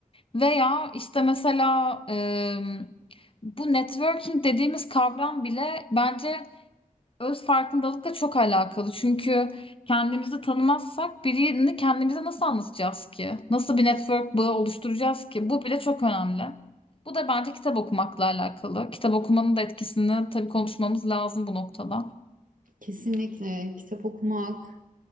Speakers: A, on the left (about 40°); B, on the right (about 70°).
A: Veya işte mesela e, bu networking dediğimiz kavram bile bence öz farkındalıkla çok alakalı. Çünkü kendimizi tanımazsak birini kendimize nasıl anlatacağız ki? Nasıl bir network bağı oluşturacağız ki? Bu bile çok önemli. Bu da bence kitap okumakla alakalı. Kitap okumanın da etkisini tabii konuşmamız lazım bu noktada.
B: Kesinlikle kitap okumak.